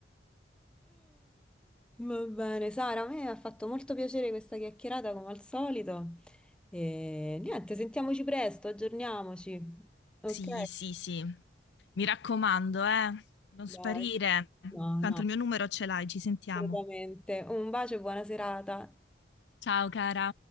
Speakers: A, in the centre; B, on the left.
A: Va bene, Sara, a me ha fatto molto piacere questa chiacchierata come al solito. E niente, sentiamoci presto, aggiorniamoci. Ok?
B: Sì, sì, sì. Mi raccomando, eh, non
A: Dai.
B: sparire.
A: No,
B: Tanto
A: no,
B: il mio numero ce l'hai, ci sentiamo.
A: assolutamente. Un bacio e buona serata.
B: Ciao cara.